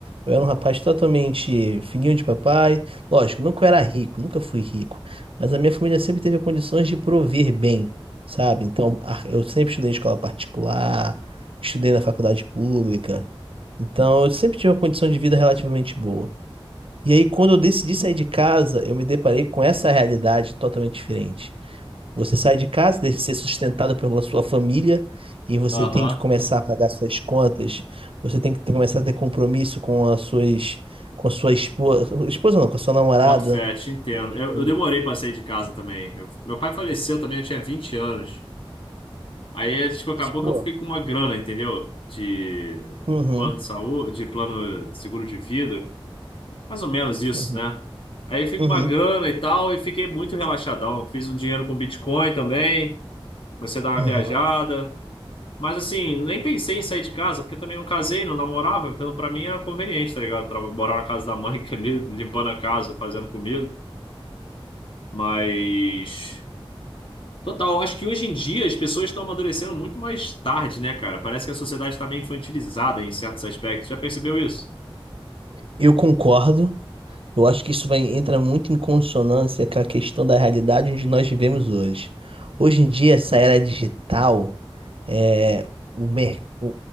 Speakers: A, on the right (about 70°); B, on the left (about 65°).
A: Eu era um rapaz totalmente filhinho de papai. Lógico, nunca era rico, nunca fui rico. Mas a minha família sempre teve condições de prover bem, sabe? Então, a- eu sempre estudei em escola particular, estudei na faculdade pública. Então, eu sempre tive uma condição de vida relativamente boa. E aí, quando eu decidi sair de casa, eu me deparei com essa realidade totalmente diferente. Você sai de casa, deixa de ser sustentado pela sua família, e você
B: aham.
A: tem que começar a pagar suas contas, você tem que ter- começar a ter compromisso com as suas, com a sua esposa, esposa não, com a sua namorada.
B: Boto fé, te entendo. Eu,
A: E,
B: eu demorei pra sair de casa também. Eu- meu pai faleceu também, eu tinha 20 anos. Aí, é, tipo, acabou
A: Pô,
B: que eu fiquei com uma grana, entendeu? De
A: uhum,
B: plano de saúde, de plano de seguro de vida. Mais ou menos isso,
A: uhum,
B: né? Aí fico
A: uhum,
B: com uma grana e tal, e fiquei muito relaxadão. Fiz um dinheiro com Bitcoin também. Comecei a dar uma
A: uhum.
B: viajada. Mas assim, nem pensei em sair de casa, porque eu também não casei, não namorava. Então, pra mim era conveniente, tá ligado? Pra morar na casa da mãe, <laughs> ali, limpando a casa, fazendo comida. Mas. Total, acho que hoje em dia as pessoas estão amadurecendo muito mais tarde, né, cara? Parece que a sociedade está meio infantilizada em certos aspectos. Já percebeu isso?
A: Eu concordo. Eu acho que isso vai, entra muito em consonância com a questão da realidade onde nós vivemos hoje. Hoje em dia, essa era digital, é, o, mer- o,